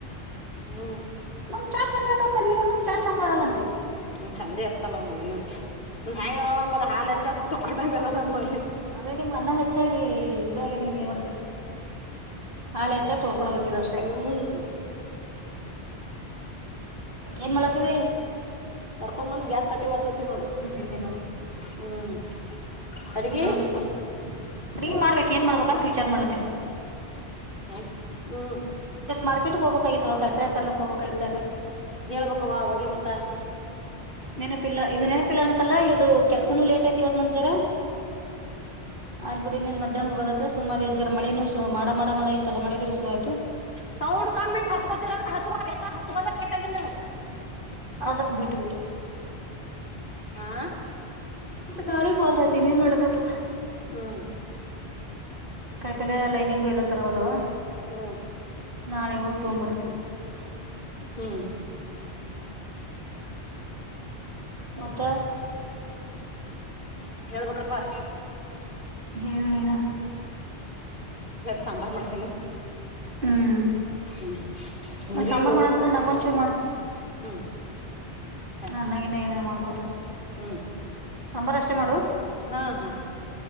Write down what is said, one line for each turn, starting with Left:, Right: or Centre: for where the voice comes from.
Left: ಹ್ಮ್
Right: ನಮ ಚಾ ಚಂದ ಆತ ಪ ನಮ್ ಚಾ ಚಂದ ಆಗಲ್ಲಂತೆ
Left: ಹ್ಮ್ ಚಂದೆ ಇತ್ತತಲ್ಲವ ಏನು ಹೆ್ಯಾಂಗ ಅದಾವ ನಂಬಿ ಹಾಲ್ ಹೆಚ್ಚಕ ತೊಕೊಂಡಂಗ ಅದ ನಂಬಳಿ
Right: ಅದೇ ನಿಮ್ ಅನ್ನ ಹೆಚ್ಚಾಗಿ ಇದಾಗೆ ನಿಮ್ಗೆ ಏನ್ ನೋಡ್ತರಿ ಹಾಲ ಹೆಚ್ಚ ತೊಳ್ಕೊಳೋಗತ್ತೀರ ಅಷ್ಟೇ
Left: ಹ್ಮ್
Right: ಏನ್ ಮಾಡತದ
Left: ಕರ್ಕೊ ಬಂದ್ ಗ್ಯಾಸ್ ಕಟ್ಟಿ ಬರ್ಸತಿ ನೋಡ್ರಿ
Right: ಬಿದ್ದೆ
Left: ಹ್ಮ್ ಅಡ್ಗಿ
Right: ಬ್ಲೌಸರ್ ಕೊೂ ಅಡ ಮಾಡ್ಬೇಕ ಏನ್ ಮಾಡ್ಬೇಕಂತ ವಿಚಾರ ಮಾಡ್ತೇನೆ
Left: ಆ ಹ್ಮ್
Right: ಮಾರ್ಕೆಟ್ ಹೋಗಬೇಕಾಗಿಐತ್ತು ಕೈಪರೆ ತಲಕ್ ಹೋಗಬೇಕ
Left: ಹೇಳ್ಬೇಕವಾ ಅವಗೆ ಮತ್ತ
Right: ನೆನಪಿಲ್ಲ ಇದು ನೆನಪಿಲ್ಲಾ ಅಂತಲ್ಲ ಇದು ಕೆಲ್ಸನೂ ಲೇಟ್ ಯತಿವತ್ ನಮ್ ಜರ ಆಯ್ಬ ಬಿಡಿ ಇನ್ ಮಧ್ಯಾಹ್ ಹೋದ ಹತ್ರ ಸುಮಾು ಹೆಜ್ಾರ ಮಳೇನು ಮಾಡ ಇಐಲ್ಲ ಮಳ ಬೇ ಶುರು್ತು
Left: ಸೌಂಡ್ ಕಮ್ಮಿಟ್ಟು ಹಚ್ಕೊತೀರ್ರ ಹಚ್ಕೋ್ರ ಏ ಹಚ್ಕೋದ ಬೇಕ್ರಿ ನೀವು
Right: ಅದಕ್ಕೆ ಬಿಟ್ಟು ಬಿಟ್ಟು
Left: ಆಾ
Right: ನಾಳೆಗ್ ಹೋದ್ರ ಐತಿ ಇನ್ ಏನ್ ಮಾಡ್ಕತ್
Left: ಹ್ಮ್
Right: ಕಾಯಿತಲೆ ಲೈನಿಂಗು ಎಲ್ಲ ತರ ಹದವ
Left: ಹ್ಮ್
Right: ನಾಳೆಗ ಹೋಗ್ ತಗ್ ಬರ್ತೇನಿ
Left: ಹ್ಮ್
Right: ಮತ್ತೆ
Left: ಹೇಳ್ಬೇಕ್ರಪ್ಪಾ
Right: ಹೇಳಣನಾ
Left: ಸಾಂಬಾರು ಮಾಡ್ತೀನಿ
Right: ಹ್ಮ್
Left: ಹ್ಮ್ ಸರಿಯೋ
Right: ಸಮರ್ ಮಾಡದಂದ್ರ ನಂಗಂಚೂರ್ ಮಾಡ
Left: ಹ್ಮ್ ಸರಿ
Right: ನನ್ನಾಗಿನ ಏನಾರ್ ಮಾಡ್ಕೊ
Left: ಹ್ಮ್
Right: ಸಾಂಬಾರು ಅಷ್ಟೇ ಮಾಡು
Left: ಹಾ ಹಾ